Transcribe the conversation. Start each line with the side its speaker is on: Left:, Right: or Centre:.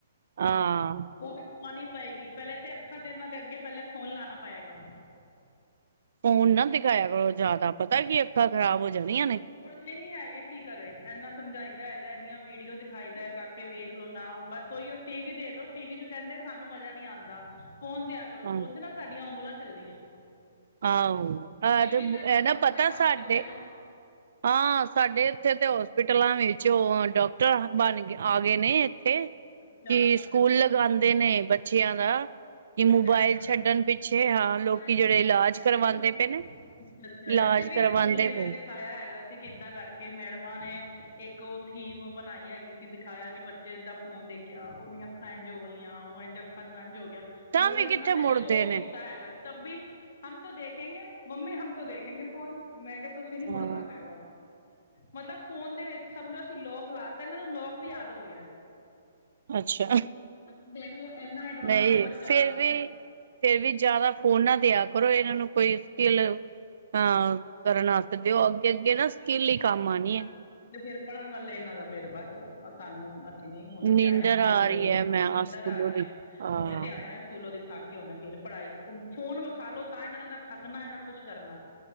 Right: ਹਾਂ।
Left: ਓ ਵੀ ਖਆਣੀ ਪਏਗੀ ਪੈਲੇ ਤੇ ਅੱਖਾਂ ਤੇ ਏਨਾਂ ਦੇ ਅੱਗੇ ਪੈਲੇ ਫੋਨ ਲਾਣਾ ਪਏਗਾ।
Right: ਫੋਨ ਨਾ ਦਿਖਾਇਆ ਕਰੋ ਜ਼ਾਦਾ ਪਤਾ ਕੀ ਅੱਖਾਂ ਖ਼ਰਾਬ ਹੋ ਜਾਣੀਆਂ ਨੇ।
Left: ਉੱਡਦੇ ਨੀ ਹੈਗੇ ਕੀ ਕਰੇ ਏਨਾ ਸਮਝਾਈਦਾ ਹੈਗਾ, ਐਨੀਆਂ ਵੀਡੀਓ ਦਿਖਾਈ ਦਾ ਐ। ਕੱਖ ਕੇ ਵੇਖ ਲੋ ਨਾ ਬਸ ਓਈ ਓ ਟੀ ਵੀ ਦੇ ਦੋ, ਟੀ ਵੀ 'ਚ ਕੈਂਦੇ ਸਾਨੂੰ ਮਜ਼ਾ ਨੀ ਆਂਦਾ। ਫੋਨ ਦਿਆ ਕਰੋ।
Right: ਹਾਂ
Left: ਫੋਨ ਤੇ ਨਾ ਸਾਡੀਆਂ ਉਂਗਲਾਂ ਚੱਲਦੀਆਂ।
Right: ਆਹੋ ਐ
Left: ਟੀ
Right: ਤੇ
Left: ਵੀ ਦੇ ਰਿਮੋਟ
Right: ਐ ਨਾ ਪਤਾ
Left: ਤੇ ਲਾ
Right: ਸਾਡੇ
Left: ਕੇ ਬਹਿ ਜਾਓ
Right: ਹਾਂ ਸਾਡੇ ਏਥੇ ਤੇ ਹੋਸਪਿਟਲਾਂ ਵਿੱਚ ਓ ਡਾਕਟਰ ਬਣ ਆ ਗੇ ਨੇ ਏਥੇ।
Left: ਅੱਛਾ
Right: ਕੀ ਸਕੂਲ ਲਗਾਂਦੇ ਨੇ ਬੱਚਿਆਂ ਦਾ, ਕੀ ਮੋਬਾਇਲ
Left: ਅੱਛਾ ਅੱਛਾ
Right: ਛੱਡਣ ਪਿੱਛ ਪਿੱਛੇ ਹਾਂ। ਲੋਕੀ
Left: ਹਾਂਜੀ
Right: ਜਿਹੜੇ ਇਲਾਜ
Left: ਐਥੇ
Right: ਕਰਵਾਉਂਦੇ
Left: ਵੀ ਹੁਣ
Right: ਪਏ ਨੇ
Left: ਅ ਅੱਛਾ
Right: ਇਲਾਜ
Left: ਐਥੇ ਵੀ
Right: ਕਰਵਾਉਂਦੇ
Left: ਸਕੂਲੇ
Right: ਪਏ
Left: ਦਿਖਾਇਆ ਹੈਗਾ। ਕੀ ਕਿੱਦਾਂ ਕਰਕੇ ਮੈਡਮਾਂ ਨੇ ਇੱਕ ਓ ਥੀਮ ਬਣਾਈ ਹੈਗੀ ਸੀ ਦਿਖਾਇਆ ਕੀ ਬੱਚੇ ਦਾ ਫੋਨ ਦੇਖਿਆ, ਓਦੀਆਂ ਅਖ ਅੱਖਾਂ ਏਂਝ ਹੋ ਗਈਆਂ ਓ ਏਂਝ ਅੱਖਾਂ ਤੋ ਏਂਝ ਹੋ ਗਿਆ,
Right: ਤਾਂ
Left: ਪੂਰਾ
Right: ਵੀ ਕਿੱਥੇ
Left: ਓਨਾਂ
Right: ਮੁੜਦੇ
Left: ਸ਼ੋਅ
Right: ਨੇ
Left: ਕੀਤਾ ਹੈਗਾ। ਤਬੀ ਹਮ ਤੋਂ ਦੇਖੇਗੇ- ਮੰਮੀ ਹਮ ਤੋ ਦੇਖੇਂਗੇ ਫੋਨ। ਮੈਂ ਕਿਆ ਤੁਸੀਂ ਨੀ
Right: ਹਾਂ
Left: ਮੁੜਨਾ। ਹੈਗਾ, ਮਤਲਬ ਫੋਨ ਦੇ ਵਿੱਚ ਸਮਝੋ ਅਸੀਂ ਲੋਕ ਲਾਤਾ, ਏਨਾਂ ਨੂੰ ਲੋਕ ਵੀ ਯਾਦ ਓ ਗਿਆ।
Right: ਅੱਛਾ,
Left: ਮਤਲਬ ਦੇਖ ਲਓ ਇੰਨਾ ਐਡਵਾਂਸ
Right: ਨਈ
Left: ਹੈ ਬੱਚਾ
Right: ਫੇਰ
Left: ਅੱਜ ਦਾ
Right: ਵੀ ਫੇਰ ਵੀ ਜ਼ਾਦਾ ਫੋਨ ਨਾ ਦਿਆ ਕਰੋ, ਏਨਾਂ ਨੂੰ ਕੋਈ ਸਕਿਲ, ਹਾਂ ਕਰਨ ਆਸਤੇ
Left: ਔਰ
Right: ਦਿਓ,
Left: ਪੜ੍ਹਨ
Right: ਅੱਗੇ ਅੱਗੇ ਨਾ
Left: ਵਾਸਤੇ
Right: ਸਕੀਲ ਈ ਕੰਮ
Left: ਕਹਿ ਦੋ
Right: ਆਣੀ
Left: ਇਹਨਾਂ
Right: ਏ।
Left: ਨੂੰ ਤੇ ਫੇਰ ਪੜ੍ਹਨ ਵਾਲੇ ਏਨਾਂ ਦਾ ਫੇਰ ਬਸ, ਸਾਨੂੰ ਨਈ ਹੁਨੇ
Right: ਨੀਂਦਰ
Left: ਤੇ ਆਇਆ ਸਕੂਲੋਂ
Right: ਆ ਰਹੀ
Left: ਦੇ
Right: ਹੈ ਮੈਂ
Left: ਨੀਂਦਰ
Right: ਸਕੂਲੋਂ
Left: ਆ ਰੀ
Right: ਦੀ
Left: ਏ,
Right: ਹਾਂ
Left: ਹੁਨੇ ਤੇ ਆਇਆਂ। ਸਕੂਲੋਂ ਦੀ ਥੱਕ ਕੇ ਹੁਣ ਫੇਰ ਪੜ੍ਹਾਈ, ਓ ਫੋਨ ਵਖਾਲੋ ਤਾਂ ਏਨਾਂ ਨੇ ਨਾ ਥੱਕਣਾ ਨਾ ਕੁਛ ਕਰਨਾ।